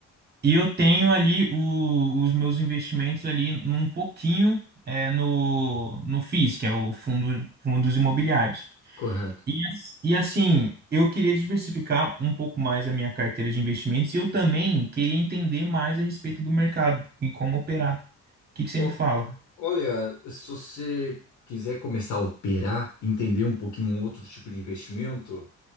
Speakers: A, on the right (about 35°); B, on the left (about 75°).
A: E eu tenho ali o- os meus investimentos ali num pouquinho é, no, no FIIs, que é o fundo, fundos imobiliários.
B: correto.
A: E, as- e assim, eu queria diversificar um pouco mais a minha carteira de investimentos e eu também queria entender mais a respeito do mercado e como operar. O que que você
B: Ô,
A: me fala?
B: olha, se você quiser começar a operar, entender um pouquinho um outro tipo de investimento,